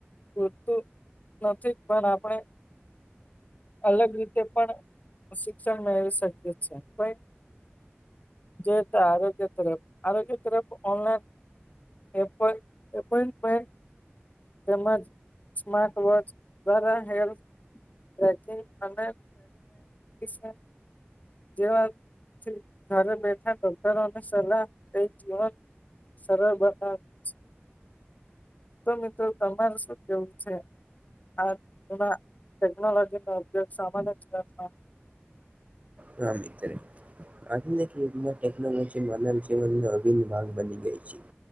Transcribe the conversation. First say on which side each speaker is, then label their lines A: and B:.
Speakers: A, on the left; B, on the right.
A: પૂરતું નથી પણ આપણે અલગ રીતે પણ શિક્ષણ મેળવી શકીએ છે <unintelligible> જે આરોગ્ય તરફ આરોગ્ય તરફ ઓનલાઈન એ <unintelligible> <unintelligible> તેમજ સ્માર્ટ વોચ દ્વારા હેલ્થ પ્રેક્ટિસ અને <unintelligible> જેવા ઘરે બેઠા ડોક્ટરોની સલાહ એજ જીવન સરળ બનાવતું છે. તો મિત્રો તમારે શું કેવું છે. આ તેના ટેકનોલોજી નો ઉપગ સામાન્ય જીવનમાં
B: હા મિત્રે. આધુનિક યુગમાં ટેકનોલોજી માનવ જીવનનો આધીન ભાગ બની ગઈ છે.